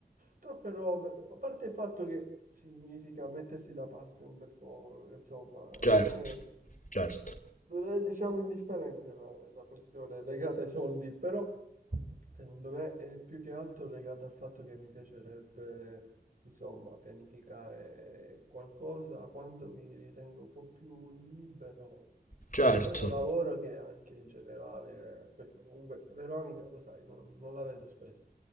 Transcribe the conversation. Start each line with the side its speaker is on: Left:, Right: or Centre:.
Right: troppe robe, a parte il fatto che significa mettersi da parte un bel po', insomma,
Left: Certo,
Right: non è
Left: certo,
Right: non è, diciamo, indifferente la, la questione legata ai soldi, però secondo me è più che altro legata al fatto che mi piacerebbe, insomma, pianificare qualcosa quando mi ritengo un po' più libero,
Left: certo,
Right: sia dal lavoro che anche in generale, eh, perché comunque Veronica, lo sai, non, non la vedo spesso,